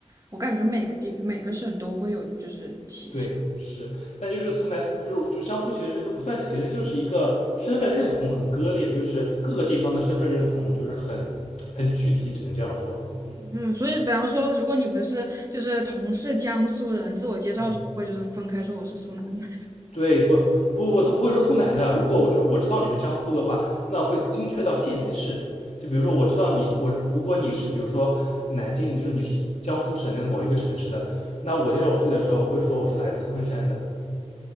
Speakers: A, on the right; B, on the left.
A: 我感觉每个地每个省都会有就是歧视，
B: 对，是。但就是苏南，就是就江苏，其实这都不算歧视，就是一个身份认同很割裂，就是各个地方的身份认同就是很很具体，只能这样说。嗯
A: 嗯，所以比方说如果你们是就是同是江苏人，自我介绍的时候会就是分开说我是苏南的，
B: 嗯。对，不不，我都不会说苏南的。如果我就是我知道你是江苏的话，那会精确到县级市。就比如说，我知道你，我如果你是比如说南京，就是你是江苏省内的某一个城市的，那我介绍我自己的时候，我会说我是来自昆山的。